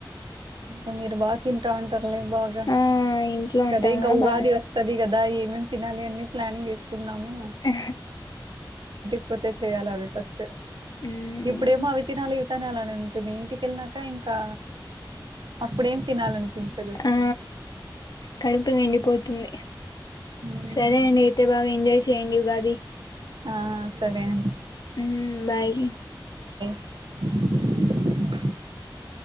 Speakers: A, on the right; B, on the left.
A: ఇంకా మీరు బా తి తింటాంటారులే బాగా
B: ఆ ఇంట్లో
A: ఇంక
B: ఉంటాం
A: అదే ఇంకా
B: కదా
A: ఉగాది
B: బానే
A: వస్తది కద దా ఏమేం తినాలి అన్నీ ప్లానింగ్ యేసుకున్నాము
B: ఆ
A: కపోతే చేయాలి అవి ఫస్ట్
B: ఉమ్
A: ఇప్పుడేమి అవి తినాల అలానే ఉంటుంది ఇంటికెళ్నాక ఇంకా అప్పుడేం తినాలనిపించదు
B: ఆ కడుపు నిండిపోతుంది
A: ఉ ఉమ్
B: సరే అండి అయితే బాగా ఎంజాయ్ చేయ్యండి ఉగాది
A: ఆ సరే అండి
B: హు బాయ్
A: <unintelligible>